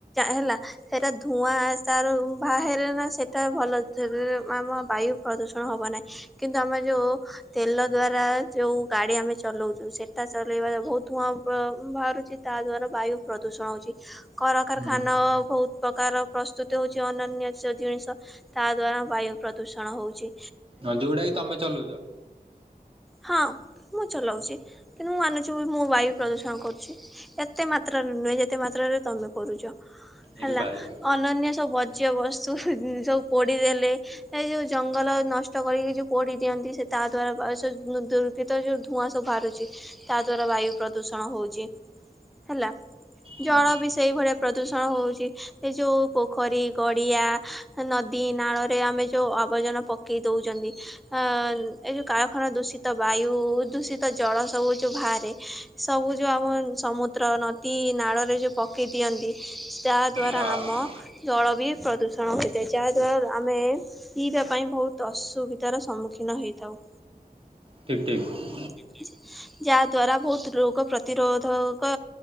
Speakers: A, in the centre; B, on the right.
A: ହେଲା ସେଇଟା ଧୂଆଁ ତାର ବାହାରେନା ସେଇଟା ଭଲ ଚଲେଇ ଆମ ବାୟୁ ପ୍ରଦୂଷଣ ହବ ନାହିଁ କିନ୍ତୁ ଆମର ଯୋଉ ତେଲ ଦ୍ଵାରା ଯୋଉ ଗାଡି ଆମେ ଚଲଉଛୁ ସେଟା ଚଲେଇବା ବହୁତ ଧୂଆଁ ବ ବାହାରୁଛି ତା ଦ୍ଵାରା ବାୟୁ ପ୍ରଦୂଷଣ ହଉଛି। କଳକାରଖାନା
B: ହୁଁ
A: ବହୁତ ପ୍ରକାର ପ୍ରସ୍ତୁତି ହଉଛି ଅନନ୍ୟ ସ ଜିନିଷ ତା ଦ୍ଵାରା ବାୟୁ ପ୍ରଦୂଷଣ ହୋଉଛି।
B: ହଁ ଯୋଉଟା କି ତମେ ଚଲଉଛ?
A: ହଁ ମୁଁ ଚଲଉଛି କିନ୍ତୁ ମୁଁ ମାନୁଛି ମୁଁ ବାୟୁ ପ୍ରଦୂଷଣ କରୁଛି। ଏତେ ମାତ୍ରାରେ ନୁହେଁ ଯେତେ ମାତ୍ରାରେ ତମେ କରୁଛ
B: ଏଇଠି
A: ହେଲା
B: ଭାଇ
A: ଅ
B: ହୁଁ
A: ଅନନ୍ୟ ସବୁ ବର୍ଜ୍ୟବସ୍ତୁ ସବୁ ପୋଡ଼ିଦେଲେ ଏ ଯୋଉ ଜଙ୍ଗଲ ନଷ୍ଟ। ନଷ୍ଟ କରିକି ଯୋଉଁ ପୋଡି ଦିଅନ୍ତି ସେ ତା ଦ୍ଵାରା ସେ ଦୁର୍ଗୀତ ଯୋଉଁ ଧୂଆଁ ସବୁବାହାରୁଛି। ତା ଦ୍ଵାରା ବାୟୁ ପ୍ରଦୂଷଣ ହଉଛି। ହେଲା ଜଳ
B: ହୁଁ
A: ବି ସେଇଭଳିଆ ପ୍ରଦୂଷଣ ହଉଛି ଏ ଯୋଉ ପୋ ପୋଖରୀ ଗଡ଼ିଆ ନଦୀ ନାଳରେ ଆମେ ଯେଉଁ ଆବର୍ଜନା ପକେଇ ଦଉଛନ୍ତି। ଅଁ ଏଇ ଯୋଉ କାରଖାନା ଦୂଷିତ ବାୟୁ ଦୂଷିତ ଜଳ ସବୁ ଯୋଉ ବାହାରେ ସବୁ ଯୋଉ ଆମ ସମୁଦ୍ର ନଦୀ ନାଳରେ ଯୋଉଁ ପକାଇ ଦିଅନ୍ତି ତା ଦ୍ୱାରା
B: ହଁ
A: ଆମ ଜଳ ବି ପ୍ରଦୂଷଣ ହୋଇଥାଏ ଯାହାଦ୍ୱାରା ଆମେ ପିଇବା ପାଇଁ ବହୁତ ଅସୁବିଧାର ସମ୍ମୁଖୀନ ହେଥାଉ।
B: ଠିକ୍ ଠିକ୍।
A: ଠିକି ଠିକି ଯାହା ଦ୍ୱାରା ବହୁତ ରୋଗ ପ୍ରତିରୋଧକ